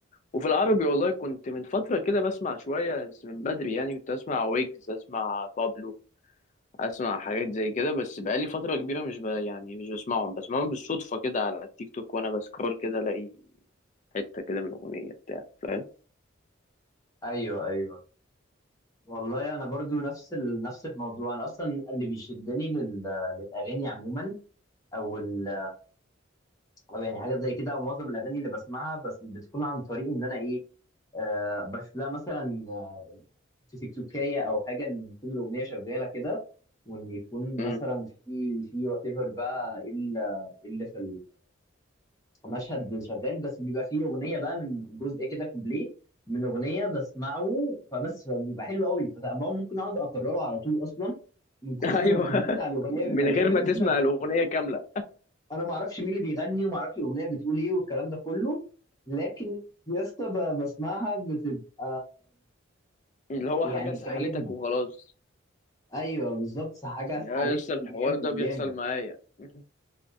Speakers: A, on the left; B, on the left.
A: وفي العربي والله كنت من فتره كده بسمع شويه بس من بدري يعني كنت اسمع ويجز اسمع بابلو اسمع حاجات زي كده بس بقالي فتره كبيره مش ب... يعني مش بسمعهم بسمعهم بالصدفه كده على التيك توك وانا بسكرول كده الاقي حته كده من اغنيه بتاع فاهم
B: ايوه ايوه والله انا برضو نفس ال... نفس الموضوع انا اصلا اللي بيشدني لل... للاغاني عموما او ال... او يعني حاجات زي كده ومعظم الاغاني اللي بسمعها بس بتكون عن طريق ان انا ايه آه بشوف لها مثلا آه، في تيك توكية او حاجه ان تكون الاغنيه شغاله كده وان يكون
A: مم.
B: مثلا في في وات ايفر بقى إيه اللي إيه اللي في المشهد شغال بس بيبقى فيه اغنيه بقى من جزء كده كوبليه من اغنيه بسمعه فبس بيبقى حلو قوي فطبعا ممكن اقعد اكرره على طول اصلا من كتر
A: <laughs> ايوه
B: ما الكوبليه بتاع الاغنيه
A: من
B: بيبقى جامد
A: غير ما تسمع
B: <laughs>
A: الاغنيه كامله
B: انا ما اعرفش مين اللي بيغني وما اعرفش الاغنيه بتقول ايه والكلام ده كله لكن يا اسطى ب- بسمعها بتبقى
A: اللي هو
B: يعني
A: حاجه سحلتك
B: بتعجبني
A: وخلاص
B: ايوه بالظبط حاجه
A: يا
B: سحلتني
A: لسه الحوار
B: جامد
A: ده بيحصل
B: جامد
A: معايا <laughs>